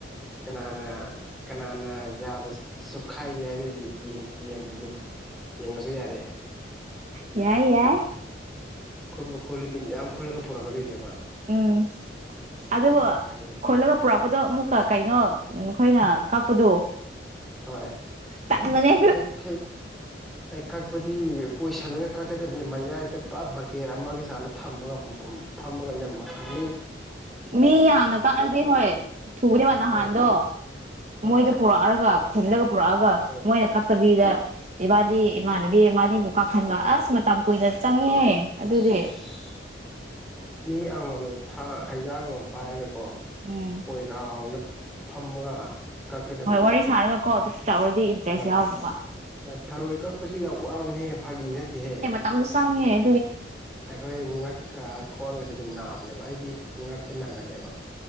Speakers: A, in the centre; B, on the right.
A: ꯀꯅꯥꯅ ꯀꯅꯥꯅ ꯌꯥꯝꯅ ꯍꯥꯏꯒꯦ ꯍꯥꯏꯗꯣꯏꯗꯤ ꯌꯦꯕ ꯌꯦꯡꯉꯁꯨ ꯌꯥꯔꯛꯦ
B: ꯌꯥꯏ ꯌꯥꯏ
A: ꯈꯨꯟꯕ ꯈꯣꯜꯂꯗꯤ ꯃꯌꯥꯝ ꯈꯨꯜꯂꯒ ꯄꯨꯔꯛꯀꯗꯣꯏꯅꯦꯕ
B: ꯎꯝ ꯑꯗꯨꯕꯨ
A: ꯑꯗꯨ
B: ꯈꯣꯠꯂꯒ ꯄꯨꯔꯛꯄꯗꯣ ꯑꯃꯨꯛꯀ ꯀꯩꯅꯣ ꯎ ꯑꯩꯈꯣꯏꯅ ꯀꯛꯄꯗꯣ
A: ꯍꯣꯏ
B: ꯇꯟꯕꯅꯦ
A: ꯍꯦꯛ ꯍꯦꯛ ꯑꯩ ꯀꯛꯄꯗꯤ ꯀꯣꯏꯁꯤꯜꯂꯒ ꯀꯛꯀꯗꯕꯅꯤ ꯃꯌꯥꯏꯗ ꯄꯨꯔ ꯕꯀꯦꯠ ꯑꯃꯒ ꯆꯥꯅ ꯊꯝꯃꯒ ꯐꯝꯕ ꯀ ꯃꯁꯥꯅꯤ <inaudible>
B: ꯃꯤ ꯌꯥꯝꯅ ꯀꯥꯛꯑꯗꯤ ꯍꯣꯏ ꯊꯨꯕꯅꯦ ꯅꯍꯥꯟꯗꯣ
A: ꯑ ꯍꯣꯏ
B: ꯃꯣꯏꯗ ꯄꯨꯔꯛꯑꯒ ꯈꯤꯜꯂꯒ ꯄꯨꯔꯛꯑꯒ
A: ꯍꯣꯏ
B: ꯃꯣꯏꯅ ꯀꯛꯇꯕꯤꯗ ꯏꯕꯥꯅꯤ ꯏꯃꯥꯟꯅꯕꯤ ꯏꯕꯥꯅꯤꯕꯨ ꯀꯛꯍꯟꯕ ꯑꯁ ꯃꯇꯝ ꯀꯨꯏꯅ ꯆꯪꯉꯦ ꯑꯗꯨꯗꯤ
A: ꯑꯁ ꯃꯤ ꯑꯃꯃꯝꯅ ꯍꯩꯖꯥꯡ ꯑꯃ ꯄꯥꯏꯔꯒꯀꯣ ꯑꯩꯈꯣꯏ
B: ꯎꯝ
A: ꯔꯥꯎꯗ ꯐꯝꯃꯒ ꯀꯛꯀꯗꯕꯅꯤꯗ
B: ꯍꯣꯏ ꯋꯥꯔꯤ ꯁꯥꯔꯒꯀꯣ ꯑꯗꯨ ꯇꯧꯔꯗꯤ ꯏꯟꯇꯔꯦꯁ
A: ꯍꯣꯏ
B: ꯌꯥꯎꯗꯧꯕ
A: ꯍꯣꯏ ꯊꯔꯣꯏ ꯀꯛꯄꯁꯨ ꯌꯥꯝ ꯋꯥꯕꯅꯍꯦ ꯐꯥꯒꯤ ꯅꯠꯇꯦꯍꯦ
B: ꯌꯥꯝ ꯁꯥꯡꯌꯦ
A: ꯑꯩꯈꯣꯏ ꯉꯛꯀ ꯈ꯭ꯋꯥꯡꯒꯁꯦ ꯑꯗꯨꯝ ꯅꯥꯕꯅꯦꯕ ꯑꯩꯗꯤ ꯉꯛꯁꯦ ꯅꯥꯒꯜꯂꯦꯕ